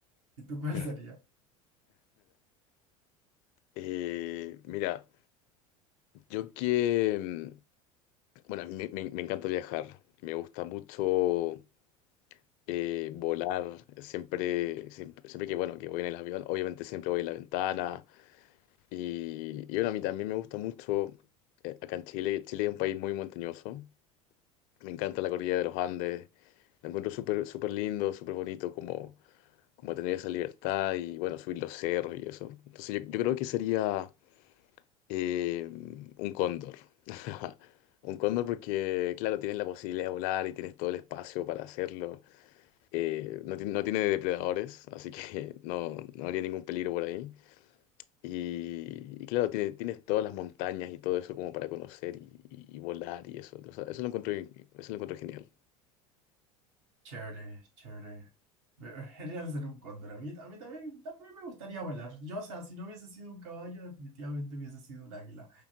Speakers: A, on the right (about 60°); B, on the left (about 50°).
A: ¿Y tú cuál
B: <laughs>
A: sería?
B: Eh, mira, yo que, mm, bueno, me, me- me encanta viajar, me gusta mucho eh, volar, siempre, siempre, siempre que, bueno, que voy en el avión, obviamente siempre voy en la ventana y, y bueno, a mí también me gusta mucho, eh, acá en Chile, Chile es un país muy montañoso, me encanta la cordillera de los Andes, lo encuentro súper, súper lindo, súper bonito, como como tener esa libertad y bueno, subir los cerros y eso. Entonces yo, yo creo que sería eh, un cóndor. <laughs> Un cóndor porque, claro, tienes la posibilidad de volar y tienes todo el espacio para hacerlo. Eh, no, ti- no tiene depredadores, así que <laughs> no, no habría ningún peligro por ahí. Y, y claro, tiene- tienes todas las montañas y todo eso como para conocer y, y- y volar y eso. O sea, eso lo encuentro, eso lo encuentro genial.
A: Chévere, chévere. Me- <laughs> Genial ser un cóndor. A mí, a mí también, también me gustaría volar. Yo, o sea, si no hubiese sido un caballo, definitivamente hubiese sido un águila.